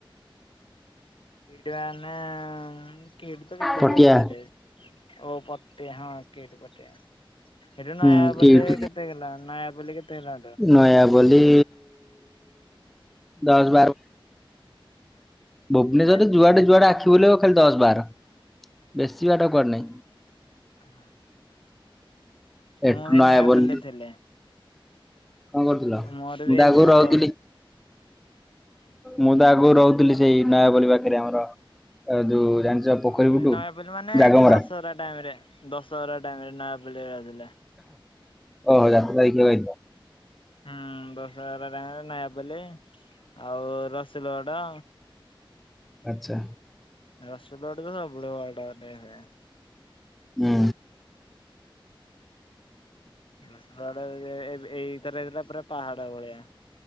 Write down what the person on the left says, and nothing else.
ଇଦ୍ୱାନ <unintelligible> କିଡତୋ କେତେଘର
ଅଛି ଏଠେ ଉପ ପଟିଆ ହଁ କିଡ୍ ପଟେ ସେଇଠୁ ନୟାପଲ୍ଲୀ
କେତେ ହେଲା ନୟାପଲ୍ଲୀ କେତେ ହେଲା
କେତେ?
ଁ
ମୁଁହେ
ନୟାପଲ୍ଲୀରେ ଥିଲି
ମୋର ବି ଏଇ
ଯୋଉ
ହଁ ମୁଇ
ନୟାପଲ୍ଲୀ ମାନେ ଏଇ
ଯୋଉ ଦଶହରା ଟାଇମ ରେ ଦଶହରା ଟାଇମରେ ନୟାପଲ୍ଲୀରେ ଏକା ଥିଲି।
ହୁଁ ଦଷହରା ଟାଇମ ରେ ନୟା ବୋଲେ ଆଉ ରସଲଗଡ
ରସଲଗଡ଼କୁ ସବୁବେଳେ ବାରଟା ଗୋଟେ ହୁଏ
ହୁଁ ବଡ ଏବେ ଏଇଥର ପୁରା ପାହାଡ଼ ଭଳିଆ।